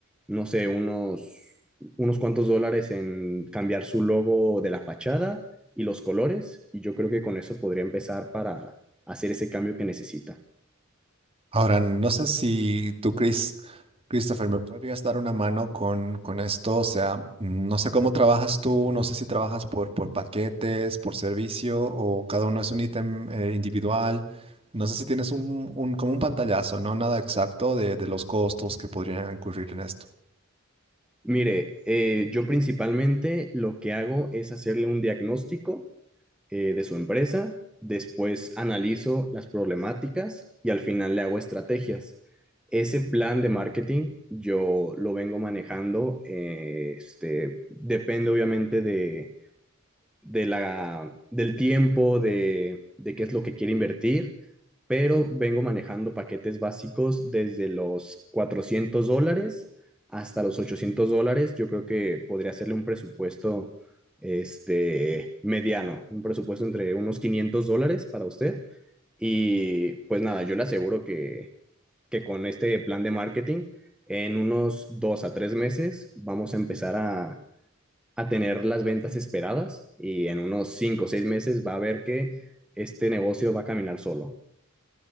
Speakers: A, in the centre; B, on the right.
A: no sé, unos, unos cuantos dólares en cambiar su logo de la fachada y los colores, y yo creo que con eso podría empezar para hacer ese cambio que necesita.
B: Ahora, no sé si tú, Chris, Christopher, me podrías dar una mano con, con esto. O sea, mm, no sé cómo trabajas tú, no sé si trabajas por, por paquetes, por servicio o cada uno es un ítem eh, individual. No sé si tienes un, un- como un pantallazo, ¿no? Nada exacto de, de los costos que podrían incurrir en esto.
A: Mire, eh, yo principalmente lo que hago es hacerle un diagnóstico eh, de su empresa, después analizo las problemáticas y al final le hago estrategias. Ese plan de marketing yo lo vengo manejando, eh, este, depende obviamente de, de la, del tiempo, de, de qué es lo que quiere invertir pero vengo manejando paquetes básicos desde los 400 dólares hasta los 800 dólares. Yo creo que podría hacerle un presupuesto este, mediano, un presupuesto entre unos 500 dólares para usted. Y pues nada, yo le aseguro que, que con este plan de marketing, en unos dos a tres meses vamos a empezar a, a tener las ventas esperadas y en unos cinco o seis meses va a ver que este negocio va a caminar solo.